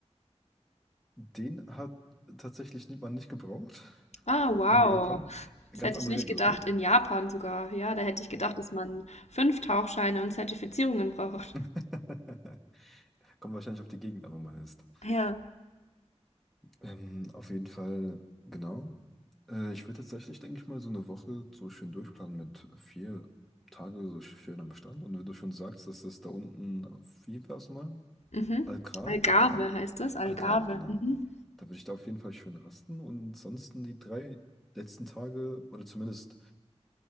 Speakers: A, in the centre; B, on the left.
A: den hat tatsächlich nie- man nicht gebraucht <laughs>
B: Ah, wow.
A: in Japan. Ganz
B: Das hätte
A: andere
B: ich nicht
A: Regelungen.
B: gedacht, in Japan sogar. Ja, da hätte ich gedacht, dass man fünf Tauchscheine und Zertifizierungen braucht.
A: <laughs> Kommt wahrscheinlich auf die Gegend an, wo man ist.
B: Ja,
A: Ähm, auf jeden Fall, genau. Äh, ich würde tatsächlich, denke ich mal, so eine Woche so schön durchplanen mit vier Tage so schön am Strand. Und wenn du schon sagst, dass das da unten, wie war es mal?
B: Mhm.
A: Algarve?
B: Algarve
A: Algarve?
B: heißt das, Algarve.
A: Algarve, genau.
B: Mhm.
A: Da würde ich da auf jeden Fall schön rasten und sonst die drei letzten Tage oder zumindest,